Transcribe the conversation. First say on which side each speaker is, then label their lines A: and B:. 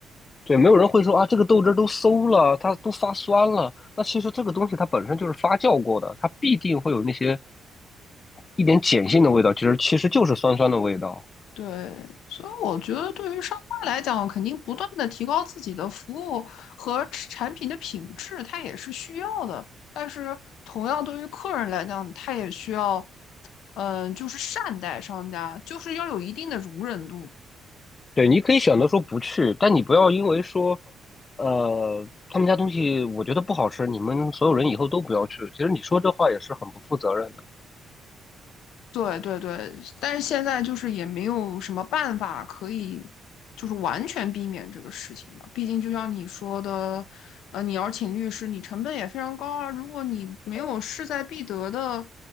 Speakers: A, on the left; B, on the left.
A: 对，没有人会说啊，这个豆汁儿都馊了，它都发酸了。那其实这个东西它本身就是发酵过的，它必定会有那些一点碱性的味道，其实其实就是酸酸的味道。
B: 对，所以我觉得对于商家来讲，肯定不断的提高自己的服务和产品的品质，它也是需要的。但是同样对于客人来讲，他也需要，嗯、就是善待商家，就是要有一定的容忍度。
A: 对，你可以选择说不去，但你不要因为说，呃，他们家东西我觉得不好吃，你们所有人以后都不要去。其实你说这话也是很不负责任的。
B: 对对对，但是现在就是也没有什么办法可以，就是完全避免这个事情嘛。毕竟就像你说的，呃，你要请律师，你成本也非常高啊。如果你没有势在必得的